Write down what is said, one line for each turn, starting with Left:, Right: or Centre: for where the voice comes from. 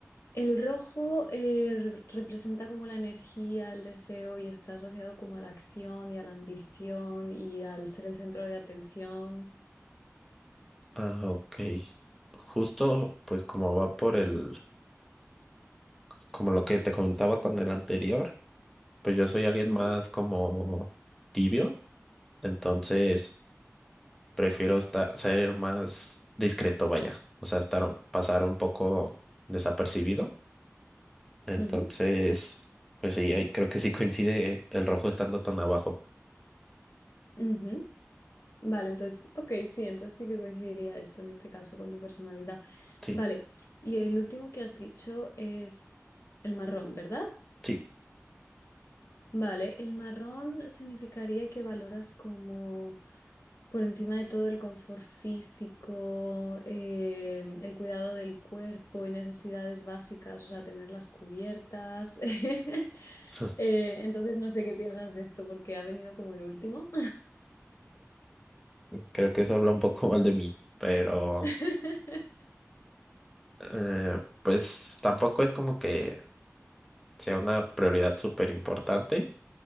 Left: el rojo eh, re- representa como la energía, el deseo y está asociado como a la acción y a la ambición y al ser el centro de atención.
Centre: Ah, ok. Justo, pues como va por el, como lo que te comentaba con el anterior, pues yo soy alguien
Left: Ujú,
Centre: más como tibio. Entonces... prefiero estar, ser más discreto, vaya. O sea, estar, un- pasar un poco desapercibido. Entonces,
Left: ujú,
Centre: pues sí, ahí creo que sí coincide el rojo estando tan abajo.
Left: ujú. Vale, entonces, ok, sí, entonces sí que coincidiría esto en este caso con tu personalidad.
Centre: Sí,
Left: Vale, y el último que has dicho es el marrón, ¿verdad?
Centre: sí.
Left: Vale, el marrón significaría que valoras como por encima de todo el confort físico, eh, el cuidado del cuerpo y necesidades básicas, o sea, tenerlas cubiertas. <laughs>
Centre: <laughs>
Left: Eh, entonces no sé qué piensas de esto porque ha venido como el último.
Centre: Creo que eso habla un poco mal de mí, pero
Left: <laughs>
Centre: eh, pues tampoco es como que sea una prioridad súper importante,